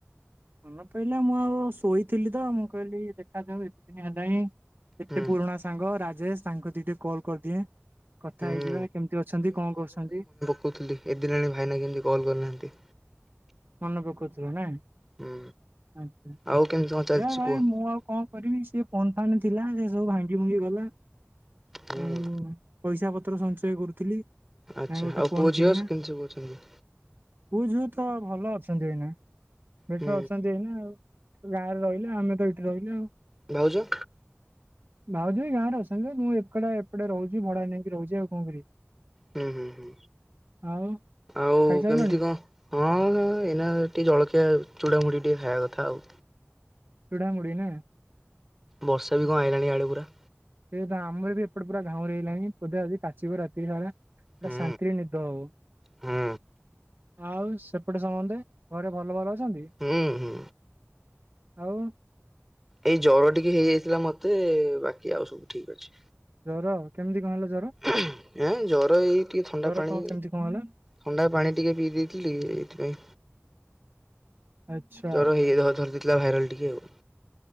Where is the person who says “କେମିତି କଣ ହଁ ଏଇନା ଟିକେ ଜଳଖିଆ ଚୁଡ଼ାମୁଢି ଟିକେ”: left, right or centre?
Centre